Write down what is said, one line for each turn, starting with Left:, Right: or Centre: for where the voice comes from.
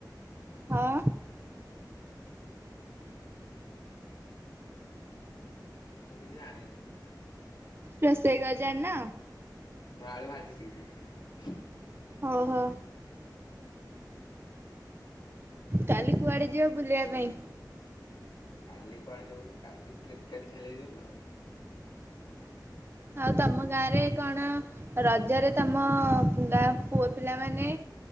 Right: ହଁ।
Left: ମୁଁ କିଛି ଜାଣିନି।
Right: ରୋଷେଇ କଣ ଜାଣିନ?
Left: ମୁଁ ଆଳୁ ଭାଜି ଶିଖିଛି।
Right: ହଉ ହଉ। କାଲି କୁଆଡେ ଯିବ ବୁଲିବା ପାଇଁ?
Left: କାଲି କୁଆଡେ ଯିବ କି କାଲି? କ୍ରିକେଟ ଖେଳିବି ନା ଆଉ।
Right: ଆଉ ତମ ଗାଁରେ କଣ ରଜରେ ତମ ଗାଁ ପୁଅ ପିଲାମାନେ